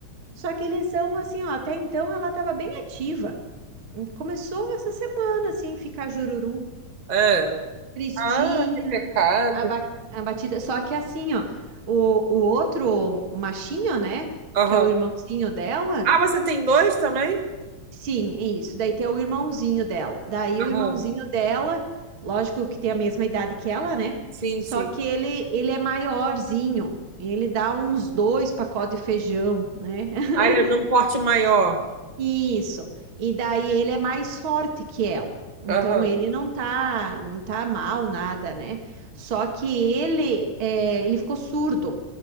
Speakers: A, on the right (about 45°); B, on the right (about 20°).
A: Só que eles são assim, ó, até então ela tava bem ativa. Começou essa semana, assim, ficar jururu,
B: É.
A: tristinha,
B: Ah, que pecado.
A: aba- abatida. Só que assim, ó, o, o outro, o machinho, né,
B: Aham.
A: que é o irmãozinho dela,
B: Ah, você tem dois também?
A: Sim, isso. Daí tem o irmãozinho dela. Daí
B: Aham,
A: o irmãozinho dela, lógico que tem a mesma idade que ela, né?
B: sim,
A: Só
B: sim.
A: que ele, ele é maiorzinho. Ele dá uns dois pacotes de feijão, né? <laughs>
B: Ah, ele é de um porte maior.
A: Isso. E daí ele é mais forte que ela. Então
B: Aham.
A: ele não tá, não tá mal nada, né? Só que ele, é, ele ficou surdo.